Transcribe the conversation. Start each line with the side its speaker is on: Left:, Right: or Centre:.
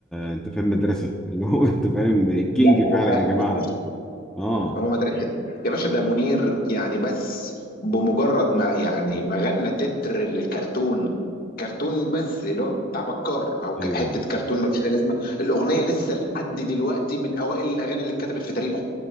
Centre: انت فاهم مدرسه <laughs> اللي هو انت فاهم الكينج
Left: لا هو
Centre: فعلا
Left: فعلا
Centre: يا جماعه
Left: مدرسة
Centre: اه
Left: هو مدرسة يا باشا ده منير يعني بس بمجرد ما يعني ما غنى تتر للكرتون كرتون بس اللي هو بتاع بكار او ك-
Centre: ايوه
Left: حته كرتون ملوش اي لازمه الاغنيه لسه لحد دلوقتي من اوائل الاغاني اللي اتكتبت في تاريخه